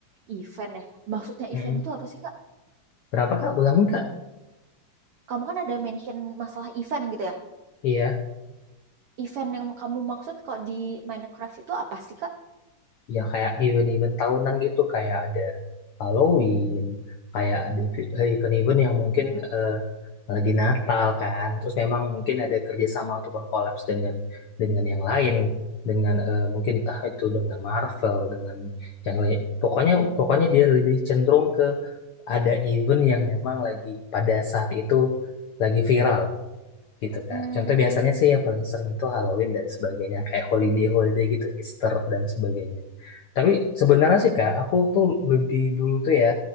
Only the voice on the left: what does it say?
Mm-mm.
Berapa Kak? Ulangi Kak?
Iya.
ya kayak event-event tahunan gitu kayak ada Halloween kayak ada vi- eh, event-event yang mungkin
eh, lagi Natal kan terus memang mungkin ada kerjasama ataupun kolaps dengan dengan yang lain dengan eh, mungkin entah itu dengan Marvel dengan yang lain pokoknya pokoknya dia lebih cenderung ke ada event yang memang lagi pada saat itu lagi viral gitu kak
contoh biasanya sih yang paling sering itu Halloween dan sebagainya kayak holiday holiday gitu Easter dan sebagainya tapi sebenarnya sih Kak, aku tuh lebih dulu tuh ya,